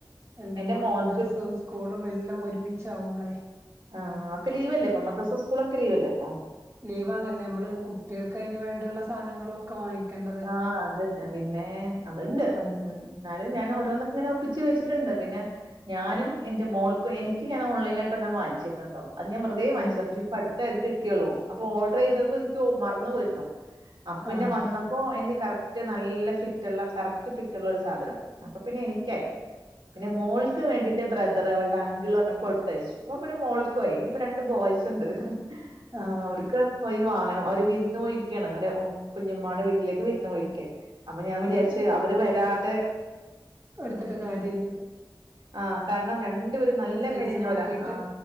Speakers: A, on the right; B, on the right.
A: എല്ലാം
B: എന്റെ
A: കൂടെ
B: മോനക്ക്
A: മദ്രാസവും സ്കൂളും എല്ലാം ഒരുമിച്ചാവുമ്പളെ
B: ആഹ് ഒക്കെ ലീവല്ലേ ഇപ്പൊ മദ്രസ സ്കൂളൊക്കെ ലീവല്ലേ അപ്പൊ
A: ലീവണല്ലേ നമ്മള് കുട്ടികൾക്ക് അതിനന് വേണ്ടിയുള്ള സാധനങ്ങള ഒക്കെ വാങ്ങിക്കേണ്ട
B: ആഹ അതന്നെ പിന്നെ അതുണ്ട്
A: ആഹ്
B: ഉം
A: അപ്പൊ
B: എന്നാലും ഞാൻ ഓരോന്നൊക്കെ ഇങ്ങനെ ഒപ്പിച്ച് വെച്ചിട്ടുണ്ട് പിന്നെ ഞാനും എന്റെ മോൾക്കും എനിക്ക് ഞാ ഓലൈന ആയിട്ട വാങ്ങിച്ചിരുന്ന് കേട്ടോ അത് ഞാ <unintelligible>
A: ആഹ്
B: വാങ്ങിച്ചത് ഇപ്പോ അടുത്ത അത് കിട്ടിയുള്ള അപ്പ ഓർഡർ ചെയതതിപ്പോനിക്ക് മറന്നു പോയിരുന്നു അപ്പൊ പിന്നെ
A: ആഹ്
B: വന്നപ്പോ എനിക്ക് കറക്റ്റ് നല്ല ഫിറ്റ്ള്ള കറക്റ്റ് ഫിറ്റ്ള്ള ഒരു സാധനം അപ്പൊ പിന്നെ എനിക്കായി പിന്നെ മോൾക്ക് വേണ്ടിട്ട് ബ്ര ഇത്ര അവളുടെ അങ്കിൽ ഒ കൊടുത്തയച്ചു അപ്പ പിന്നെ മോൾക്ക് പോയി ഇനിയിപ്പോ രണ്ട് ബോയ്സ് ഉണ്ട്
A: ആഹ്
B: ആഹ അവർക്കവാങ്ങണം അവര് വിരുന്ന് പോയിരിക്കയാണ് അവ കുഞ്ഞ്മാടെ വീട്ടിൽ വീട്ടിലേക്ക് വരുന്നു പോയിരിക്ക അപ്പൊ ഞാൻ വിചാരിച്ച്
A: ആഹ്
B: അവര് വരാതെ
A: എടുത്തിട്ട് കാര്യല്ലല്ല
B: ആഹ കാരണം രണ്ടുപേരും നല്ല
A: സൈസ്
B: മെലിഞ്ഞോരാ
A: നോക്കിട്ട്
B: ആഹ